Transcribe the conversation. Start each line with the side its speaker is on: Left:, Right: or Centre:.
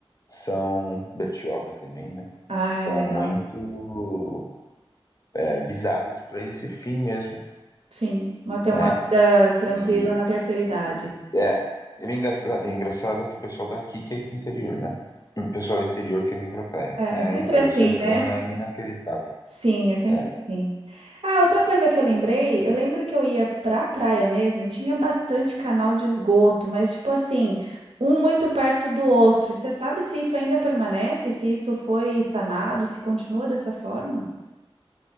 Left: são Bertioga também, né?
Right: Ah,
Left: São
Right: legal.
Left: muito é, visadas para esse fim mesmo
Right: Sim, manter
Left: né?
Right: uma vida tranquila
Left: E
Right: na terceira idade.
Left: e- é, é bem engraça- engraçado é que o pessoal daqui quer ir pro interior, né? O pessoal do interior quer vir pra praia.
Right: É,
Left: É,
Right: é sempre
Left: é,
Right: assim,
Left: o ser
Right: né?
Left: humano é inacreditável.
Right: Sim, é sempre
Left: É,
Right: assim. Ah, outra coisa que eu lembrei, eu lembro que eu ia pra praia mesmo e tinha bastante canal de esgoto, mas tipo assim, um muito perto do outro. Você sabe se isso ainda permanece, se isso foi sanado, se continua dessa forma?